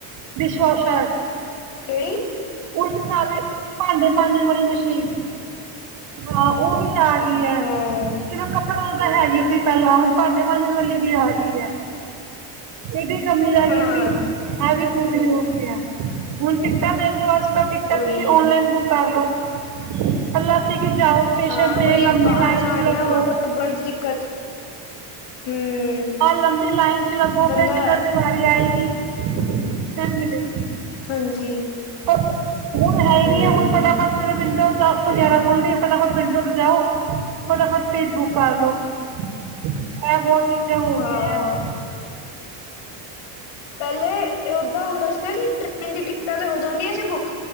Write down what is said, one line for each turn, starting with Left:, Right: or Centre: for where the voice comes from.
Right: ਡਿਸ਼ਵਾਸ਼ਰ।
Left: ਕੇਹੜੀ?
Right: ਉੱਠ ਜਾ ਵੀ, ਭਾਂਡੇ ਮਾਂਜਣ ਵਾਲੀ ਮਸ਼ੀਨ, ਹਾਂ ਓ ਵੀ ਆ। ਕੀ ਐ,
Left: ਹਾਂ
Right: ਚਲੋ ਕੱਪੜੇ ਧੋਨ ਤਾਂ ਹੈਗੀ ਸੀ। ਪਹਿਲਾਂ ਹੁਨ ਭਾਂਡੇ ਮਾਂਜਣ ਵਾਲੀ ਵੀ ਆ ਗਈ ਐ, ਏਦੀ ਕਮੀ ਰੈ ਗਈ
Left: ਹਾਂ
Right: ਸੀ। ਇਹ ਵੀ, ਪੂਰੀ ਹੋ ਗਈ ਐ। ਹੁਣ ਟਿਕਟਾਂ ਦੇਖ ਲੋੋ, ਅੱਜ-ਕੱਲ ਟਿਕਟਾਂ
Left: ਉਹੀ
Right: ਤੁਸੀਂ ਔਨਲਾਈਨ ਬੁੱਕ ਕਰ ਲੋ, ਪੱਲਾ ਸੀ ਕਿ ਜਾਓ ਸਟੇਸ਼ਨ
Left: ਹਾਂ,
Right: ਤੇ
Left: ਕੋਈ ਬਾਹਰ ਜਾਣਾ
Right: ਚ ਲੱਗੋ
Left: ਔਟੋ ਲੱਬਣ 'ਚ ਦਿੱਕਤ, ਹਮ
Right: ਔਰ ਲੰਬੀ ਲਾਈਨ 'ਚ ਲੱਗੋ,
Left: ਬੰਦਾ
Right: ਫੇਰ ਟਿੱਕਟ ਦੀ ਵਾਰੀ ਆਏ ਗੀ, ਫਿਰ ਮਿਲੇਗੀ।
Left: ਹਾਂਜੀ।
Right: ਪਰ ਹੁਣ ਹੈ
Left: ਹਮ
Right: ਨੀ ਹੈ, ਹੁਣ ਫਟਾਫਟ ਸਵੇਰੇ ਵਿੰਡੋ ਦਸ ਵਜੇ ਖੁੱਲਦੀਏ, ਫਟਾਫਟ ਵਿੰਡੋ ਤੋਂ ਜਾਓ, ਫਟਾਫਟ ਸੀਟ ਬੁੱਕ ਕਰ ਲੋ। ਇਹ, ਬਹੁਤ ਚੀਜ਼ਾਂ ਹੋ
Left: ਹਾਂ
Right: ਗਈਆਂ ਆ।
Left: ਪਹਿਲੇ ਉਓਦਾਂ ਹੁੰਦਾ ਸੀਗਾ, ਕਿ ਟ੍ਰੇਨ ਦੀ ਟਿਕੀਟ ਤੇ ਹੋ ਜਾਂਦੀਆਂ ਸੀ ਬੁੱਕ,